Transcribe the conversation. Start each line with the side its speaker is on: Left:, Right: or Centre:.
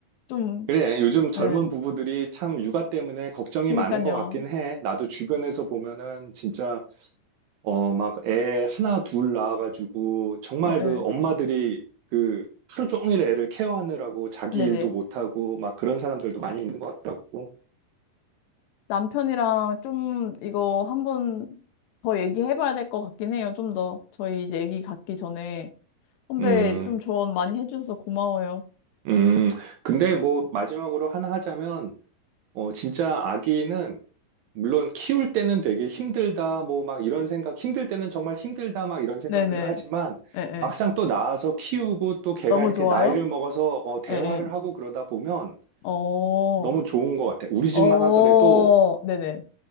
Left: 좀,
Right: 그래. 요즘 젊은
Left: 예,
Right: 부부들이 참 육아 때문에 걱정이
Left: 그니까요.
Right: 많은 것 같긴 해. 나도 주변에서 보면은 진짜, 어, 막 애 하나 둘 낳아가지고, 정말
Left: 예, 예.
Right: 그 엄마들이 그 하루 종일 애를 케어하느라고 자기
Left: 네네.
Right: 일도 못하고, 막 그런 사람들도 많이 있는 것 같더라고.
Left: 남편이랑 좀 이거 한번 더 얘기해봐야 될 것 같긴 해요. 좀 더. 저희 이제 얘기 갖기 전에. 선배
Right: 음,
Left: 좀 조언 많이 해주셔서 고마워요.
Right: 음. 근데 뭐 마지막으로 하나 하자면, 어, 진짜 아기는 물론 키울 때는 되게 힘들다, 뭐 막 이런 생각, 힘들 때는 정말 힘들다, 막 이런 생각들을
Left: 네네.
Right: 하지만
Left: 예, 예.
Right: 막상 또 낳아서 키우고 또 걔가
Left: 너무
Right: 이렇게
Left: 좋아요?
Right: 나이를 먹어서 어, 대화를
Left: 예, 예.
Right: 하고 그러다 보면
Left: 어,
Right: 너무 좋은 것 같아. 우리
Left: 어,
Right: 집만 하더라도
Left: 네네.